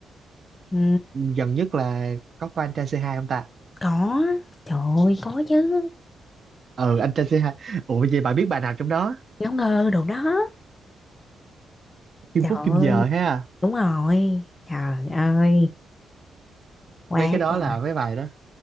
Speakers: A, on the left; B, on the right.
A: ừ.
B: gần nhất là có coi anh trai C2 không ta
A: có trời ơi có chứ
B: ừ anh trai C2 ủa vậy bà biết bài nào trong đó
A: ngáo ngơ đồ đó
B: Kim
A: trời
B: Phúc Kim
A: ơi
B: Giờ ha
A: đúng rồi trời ơi quá
B: mấy cái đó
A: trời
B: là mấy bài đó